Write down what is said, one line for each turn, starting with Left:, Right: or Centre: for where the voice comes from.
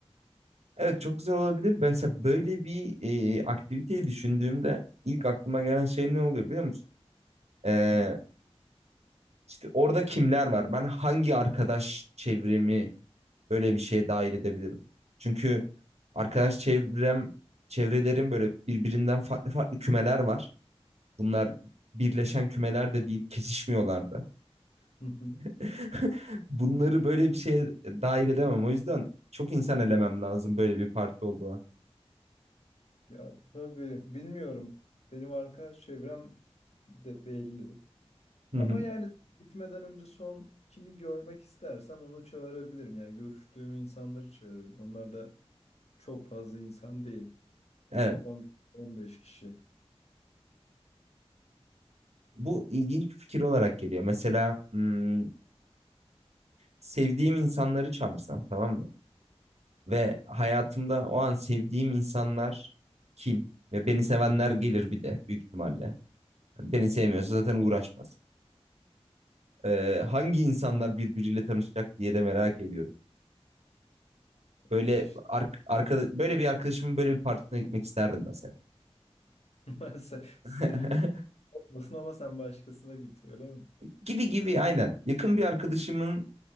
Right: evet çok güzel olabilir. Mesela böyle bir e, aktiviteyi düşündüğümde ilk aklıma gelen şey ne oluyor biliyor musun? Ee,
Left: Hı.
Right: işte orada kimler var? Ben hangi arkadaş çevremi böyle bir şeye dahil edebilirim? Çünkü arkadaş çevrem çevrelerin böyle birbirinden farklı farklı kümeler var. Bunlar birleşen kümeler de değil, kesişmiyorlar da.
Left: Hı hı.
Right: <laughs> Bunları böyle bir şeye dahil edemem. O yüzden çok insan elemem lazım böyle bir parti olduğu an.
Left: Ya tabii bilmiyorum. Benim arkadaş çevrem de belli.
Right: Hı
Left: Ama
Right: hı.
Left: yani gitmeden önce son kimi görmek istersem onu çağırabilirim. Yani görüştüğüm insanları çağırırım. Onlar da çok fazla insan değil.
Right: Evet.
Left: 10 15 kişi.
Right: Bu ilginç bir fikir olarak geliyor. Mesela hmm, sevdiğim insanları çağırsam tamam mı? Ve hayatımda o an sevdiğim insanlar kim? Ve beni sevenler gelir bir de büyük ihtimalle. Yani Beni
Left: Hı
Right: sevmiyorsa
Left: hı.
Right: zaten uğraşmaz. Ee, hangi insanlar birbiriyle tanışacak diye de merak ediyorum. Böyle
Left: Yani işte
Right: ar- arkada- böyle bir arkadaşımın böyle bir partisine gitmek isterdim mesela.
Left: <laughs> ben se- senin
Right: <laughs>
Left: olmasın ama sen başkasına git öyle mi?
Right: Gibi gibi aynen. Yakın bir arkadaşımın